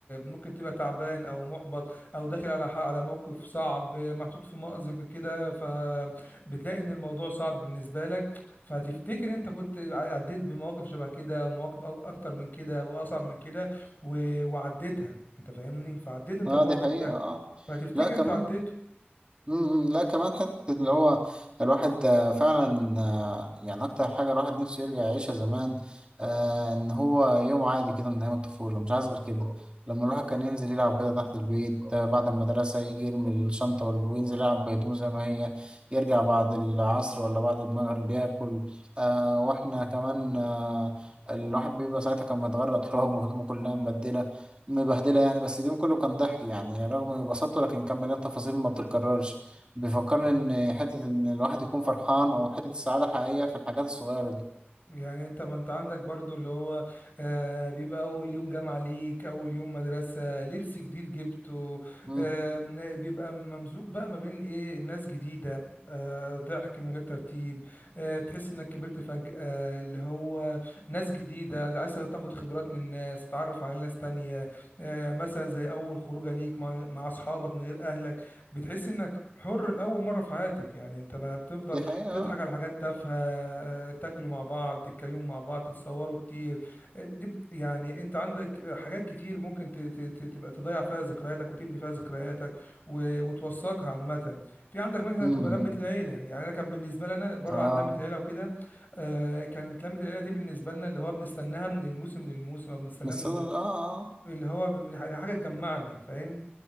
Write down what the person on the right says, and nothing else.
اه
دي حقيقه
اه
لا كمان
مم، لا كمان حتة اللي هو الواحد آه، فعلا آه، يعني أكتر حاجة الواحد نفسه يرجع يعيشها زمان آه، إن هو يوم عادي كده من أيام الطفولة مش عايز غير كده لما الواحد كان ينزل يلعب كده تحت البيت آه، بعد المدرسة يجي يرمي الشنطة وال- وينزل يلعب بهدومه زي ما هي يرجع بعد العصر ولا بعد المغرب ياكل آه، وإحنا كمان آه، الواحد بيبقى ساعتها كان متغرق تراب وهدومه <laughs> كلها مبدلة مبهدلة يعني بس اليوم كله كان ضحك يعني رغم بساطته لكن كان مليان تفاصيل ما بتتكررش بيفكرني ان حته ان الواحد يكون فرحان او حته السعاده الحقيقيه في الحاجات الصغيره دي
امم
دي حقيقه
اه
امم
اه
بس
أنا- اه آه.